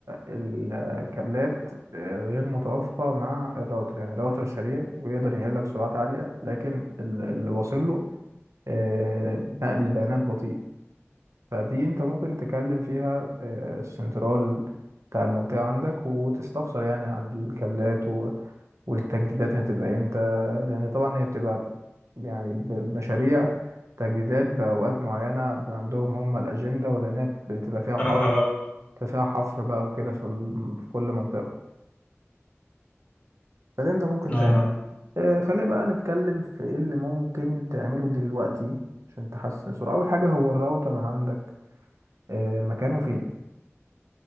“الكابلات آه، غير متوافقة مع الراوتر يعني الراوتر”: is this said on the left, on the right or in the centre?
Right